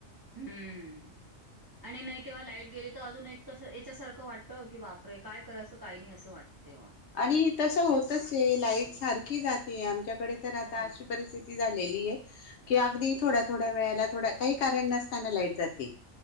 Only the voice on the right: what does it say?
हम्म आणि नाही तेव्हा लाईट गेली तर अजून एक कसं याच्यासारखं वाटत की बाप परे काय करायचं काही नाही असं वाटतं. तेव्हा
तर
हम्म
हो
हो